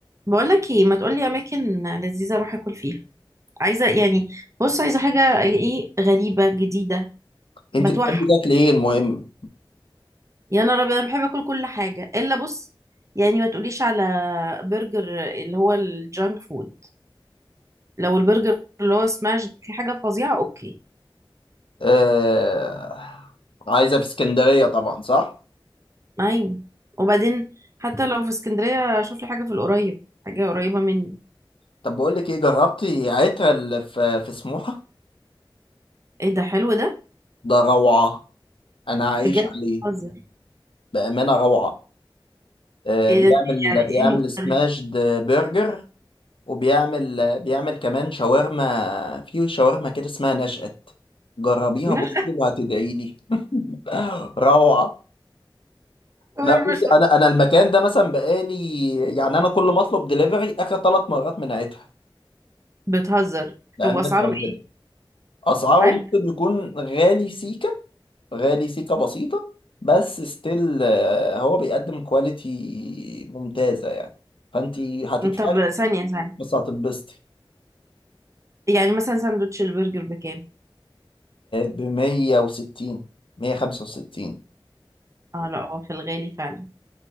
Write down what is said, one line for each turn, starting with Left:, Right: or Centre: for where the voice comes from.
Right: بقولك ايه ما تقولي اماكن لذيذه اروح اكل فيها عايزه يعني بص عايزه حاجه ايه غريبه جديده
Left: انت
Right: بتوحى
Left: بتحبي تاكلي ايه المهم
Right: يا نهار ابيض انا بحب اكل كل حاجه الا بص يعني ما تقوليش على برجر اللي هو الجانك فود لو البرجر اللي هو سماش في حاجه فظيعه اوكي
Left: آه... عايزه في اسكندريه طبعا صح
Right: نايم وبعدين حتى لو في اسكندريه اشوف لي حاجه في القريب حاجه قريبه مني
Left: طب بقول لك ايه جربتي عترة اللي في في سموحه
Right: ايه ده حلو ده
Left: ده روعه انا عايش
Right: بجد
Left: عليه
Right: بتهزر
Left: بامانه روعه آه...
Right: ايه
Left: بيعمل
Right: ده يعني
Left: بيعمل
Right: ايه مختلف
Left: سماشد برجر وبيعمل بيعمل كمان شاورما في شاورما كده اسمها نشأت جربيها
Right: <laughs>
Left: بصي وهتدعي لي <laughs> روعه
Right: شاورما
Left: لا بصي انا انا المكان ده مثلا بقالي يعني انا كل ما اطلب دليفري اخر ثلاث مرات من عترة
Right: بتهزر
Left: ده
Right: هو
Left: أمانة
Right: اسعاره
Left: ربنا
Right: ايه
Left: أسعاره
Right: حلو
Left: ممكن يكون غالي سيكة غالي سيكة بسيطة بس ستيل هو بيقدم كواليتي ممتازة يعني فأنت هتدفعي
Right: طب ثانية
Left: فلوس
Right: ثانية
Left: بس هتتبسطي
Right: يعني مثلا ساندوتش البرجر بكام؟
Left: ب 160 165
Right: اه لا هو في الغالي فعلا